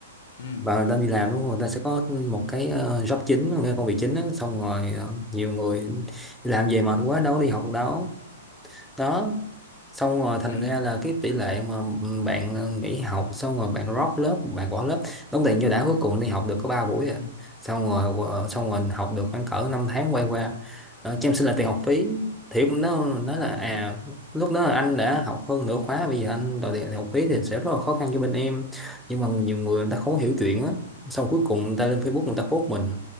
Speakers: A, on the left; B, in the centre.
A: Ừ.
B: và người ta đi làm đúng không? Người ta sẽ có một cái ờ, job chính, một cái công việc chính á, xong rồi ờ, nhiều người đi làm về mệt quá đâu có đi học được đâu đó xong rồi thành
A: Ừ.
B: ra là cái tỷ lệ mà bạn ờ, nghỉ học xong rồi bạn drop lớp bạn bỏ lớp đóng tiền cho đã cuối cùng đi học được có 3 buổi à xong rồi ờ, xong rồi học được khoảng cỡ 5 tháng quay qua đó, cho em xin là tiền học phí thì nó nói
A: À.
B: là à lúc đó là anh đã học hơn nửa khóa bây giờ anh đòi tiền học phí thì sẽ rất là khó khăn cho bên em nhưng mà nhiều người người ta không hiểu chuyện á xong cuối cùng người ta lên Facebook người ta post mình